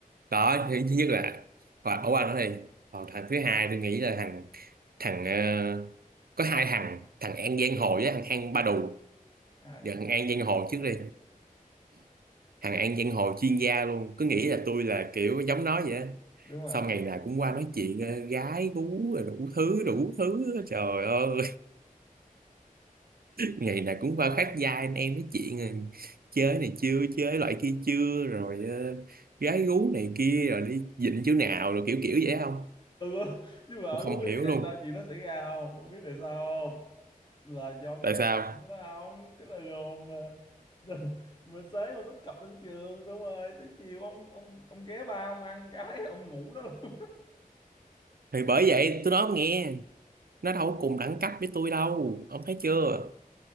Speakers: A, on the right; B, on the left.
A: đó thứ thứ nhất là hoặc ở qua nó đi còn thằng thứ hai tôi nghĩ là thằng thằng ờ, có hai thằng thằng An Giang Hồ với thằng An Ba Đù
B: à,
A: giờ thằng An Giang Hồ trước đi thằng An Giang Hồ chuyên gia luôn cứ nghĩ là tôi là kiểu giống nó vậy đó
B: đúng rồi
A: xong ngày nào cũng qua nói chuyện ờ, gái bú rồi đủ thứ đủ thứ trời ơi ngày nào cũng vào khác gia anh em nói chuyện rồi chơi này chưa chơi loại kia chưa rồi ờ, gái gú này kia rồi đi dịnh chỗ nào rồi kiểu kiểu vậy không
B: ừ nhưng mà ông
A: tôi không
B: có biết
A: hiểu
B: tại
A: luôn
B: sao chuyện nó xảy ra không Không biết tại sao không là do
A: tại
B: cái lời
A: sao
B: đồn đó không cái lời đồn mà <laughs> mà sáng ông xuất cập lên trường xong rồi tới chiều ông ông ông ghé ba ông ăn cái <laughs> ông ngủ đó luôn
A: thì bởi vậy tôi nói ông nghe nó đâu có cùng đẳng cấp với tôi đâu ông thấy chưa